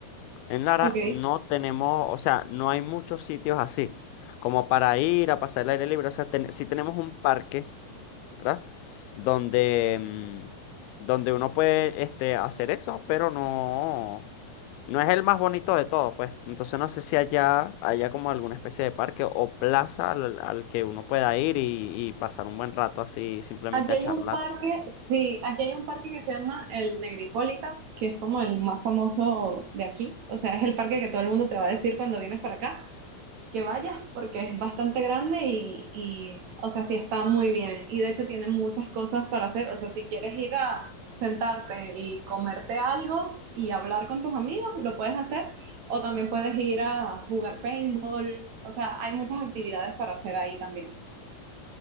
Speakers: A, on the left; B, on the right.
A: en Lara
B: Ok.
A: no tenemos, o sea, no hay muchos sitios así, como para ir a pasar el aire libre, o sea, ten- sí tenemos un parque, ¿verdad? Donde, mm, donde uno puede este, hacer eso, pero no. No es el más bonito de todos, pues. Entonces no sé si allá haya como alguna especie de parque o plaza al, al que uno pueda ir y, y pasar un buen rato así, simplemente
B: Aquí
A: a
B: hay
A: charlar.
B: un parque, sí, aquí hay un parque que se llama el Negripólita, que es como el más famoso de aquí. O sea, es el parque que todo el mundo te va a decir cuando vienes para acá que vayas porque es bastante grande y, y, o sea, sí está muy bien. Y de hecho tiene muchas cosas para hacer. O sea, si quieres ir a sentarte y comerte algo y hablar con tus amigos, lo puedes hacer. O también puedes ir a jugar paintball. O sea, hay muchas actividades para hacer ahí también.